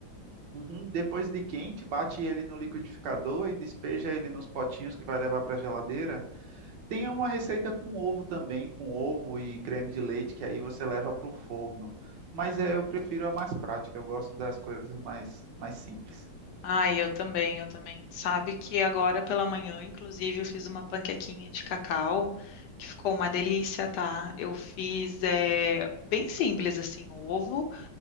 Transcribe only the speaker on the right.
Uhum, Depois de quente, bate ele no liquidificador e despeja ele nos potinhos que vai levar para a geladeira. Tem uma receita com ovo também, com ovo e creme de leite, que aí você leva para o forno. Mas
é, eu prefiro a mais prática, eu gosto das coisas mais, mais simples.